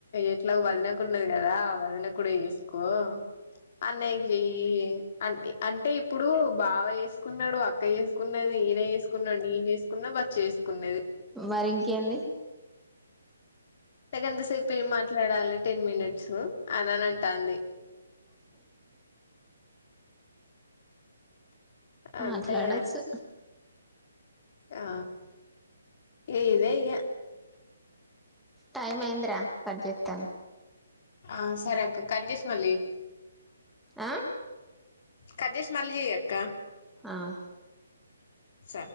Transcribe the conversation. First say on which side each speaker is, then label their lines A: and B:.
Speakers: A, on the left (about 45°); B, in the centre.
A: ఎట్లా వదనకున్నది కదా వదన కూడా చేసుకో అన్నయ్యకి చెయ్యి అ అంటే ఇప్పుడు బావ చేసుకున్నాడు అక్క చేసుకున్నది ఈయన వేసుకున్నాడు నేను చే తీసుకున్నా బట్ చేసుకునేది
B: మరి ఇంకేంది
A: ఎంతసేపు ఏం మాట్లాడాలి టెన్ మినిట్స్ అని అని అంటాంది అంటే
B: మాట్లాడొచ్చు
A: ఆ ఏద ఇ
B: టైమ్ అయింద్రా కట్ చెత్తను
A: ఆ సరే అక్క కట్ చేసి మళ్ళీ చెయ్
B: ఆ
A: కట్ చేసి మళ్ళీ చెయ్యక్క
B: ఆ
A: స